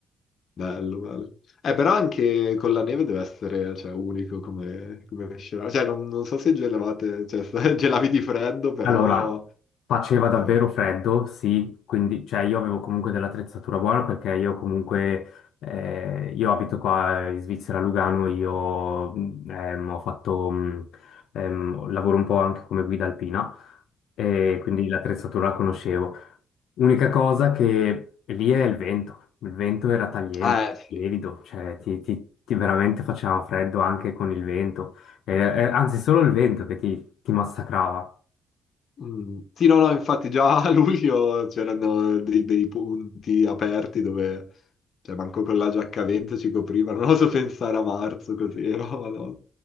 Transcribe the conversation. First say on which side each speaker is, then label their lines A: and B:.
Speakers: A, on the left (about 50°); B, on the left (about 85°).
A: bello, bello. Eh, però anche con la neve deve essere, cioè, unico come, come scenario. Cioè, non, non so se gelavate, cioè, <laughs> se gelavi di freddo, però...
B: Allora, faceva
A: Ok.
B: davvero freddo, sì, quindi cioè, io avevo comunque dell'attrezzatura buona perché io comunque, eh, io abito qua in Svizzera, a Lugano, io mh, ehm, ho fatto, mh, ehm, lavoro un po' anche come guida alpina e quindi l'attrezzatura la conoscevo. Unica cosa che lì è il vento, il vento era tagliente,
A: Eh,
B: gelido,
A: sì.
B: cioè ti, ti- ti veramente faceva freddo anche con il vento, Eh, eh, anzi solo il vento che ti ti massacrava.
A: Mm, Sì, no, no, infatti già a luglio c'erano dei, dei punti aperti dove, cioè, manco con la giacca a vento ci coprivano, non oso pensare a marzo così, <laughs> era, madonna.